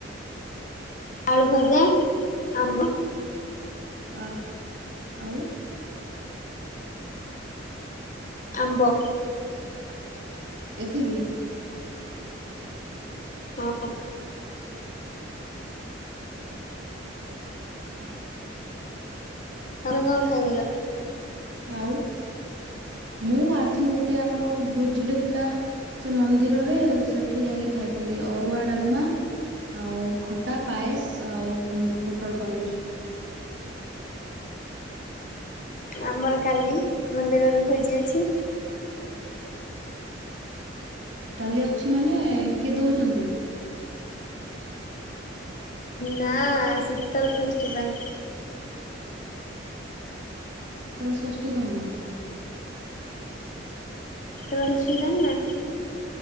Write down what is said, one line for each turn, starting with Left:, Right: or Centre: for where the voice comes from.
Left: ଆଳୁ ଭଜା ଆମ୍ବ।
Right: ଆଁ ଆଉଁ।
Left: ଆମ୍ବ।
Right: ଏତିକିି?
Left: ହଁ।
Right: କଣ?
Left: ତମେ କଣ ଖାଇଦଥିଲ?
Right: ଆଉ ମୁଁ ଆଜି ଗୋଟେ ଆମର ଭୋଜି ଗୋଟେ ଥିଲା। ସେ ମନ୍ଦିରରେ ସେଠି ଯାଇକି ଖାଇଥିଲି ଅରୁଆ ଡାଲମା ଆଉ ଖଟା ପାଏସ ଆଉ ପୋଟଳ ପନିର।
Left: ଆମର କାଲି ମନ୍ଦିରରେ ଭୋଜି ଅଛି।
Right: କାଲି ଅଛି। ମାନେ କିଏ ଦଉଛନ୍ତି?
Left: ନାଁ ଶୀତଳ ଷଷ୍ଠୀ ପାଇଁ
Right: ଶୀତର ଷଷ୍ଠୀ କଣ?
Left: ଶୀତଳ ଷଷ୍ଠି ଜାଣି ନାଁ?